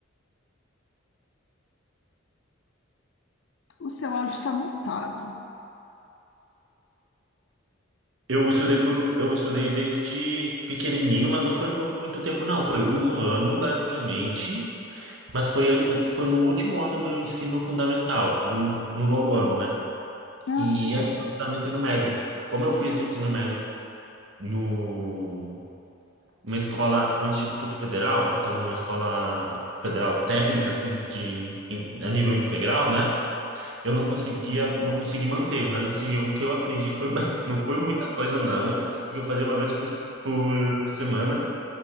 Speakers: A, on the left; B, on the right.
A: O seu áudio está mutado.
B: Eu estudei por, um- eu estudei desde pequenininho, mas não foi por muito tempo, não. Foi um ano, basicamente, mas foi, an- foi no último ano do ensino fundamental, do, no nono ano, né?
A: Ah,
B: E
A: legal.
B: antes de eu entrar no ensino médio, como eu fiz o ensino médio no uma escola, um instituto federal, então numa escola federal técnica assim de in- a nível integral, né? Eu não conseguia, não consegui manter, mas assim, o que eu aprendi foi <laughs> não foi muita coisa não, porque eu fazia uma vez por, s- por semana